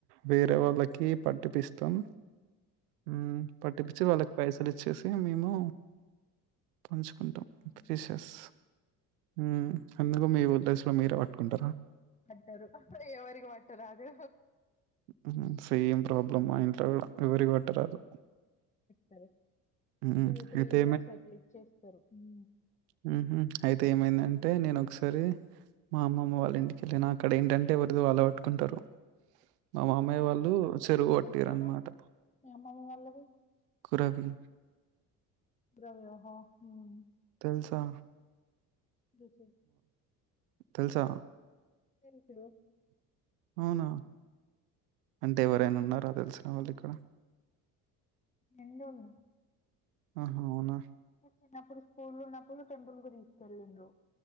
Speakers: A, on the right; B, on the left.
A: వేరే వాళ్ళకి పట్టిపిస్తాం ఉ పట్టిపించి వాళ్ళకి పైసలు ఇచ్చేసి మేము పంచుకుంటాం
B: అవునా
A: ఫిషెస్ ఊ అందుకు మీ ఉద్దేశ లో మీరే పట్టుకుంటారా
B: పట్టరు అక్కడ ఎవరికి పట్ట రాదు
A: ఉహు సేమ్ ప్రాబ్లమ్ మా ఇంట్లో కూడా ఎవరి పట్టరాదు
B: సరే
A: హ్మ్
B: టూ త్రీ
A: అయితే
B: ఇయర్స్ అట్లా ఇచ్చేస్తారు ఉ
A: ఉఉహు అయితే ఏమైందంటే నేను ఒకసారి మా అమ్మమ్మ వాళ్ళ ఇంటికి ఎల్లినా అక్కడ ఏంటంటే ఎవరిది వాళ్ళు పట్టుకుంటారు మా మామయ్య
B: ఉమ్.
A: వాళ్ళు చెరుగు కొట్టిరు
B: ఎక్కడ
A: అన్నమాట
B: మీ అమ్మమ్మ వాళ్ళది
A: రవి
B: రవియోహా ఉమ్
A: దెల్సా
B: దేకే
A: తెలుసా
B: తెలుసుప్పుడు
A: అవునా అంటే ఎవరైనా ఉన్నారా దెలిసిన వాళ్ళు ఇక్కడ
B: ఎందు ఉన్నా
A: ఆహా అవునా
B: చిన్నప్పుడు స్కూల్ ఉన్నప్పుడు టెంపుల్ కు తీసుకెళ్ళిండ్రు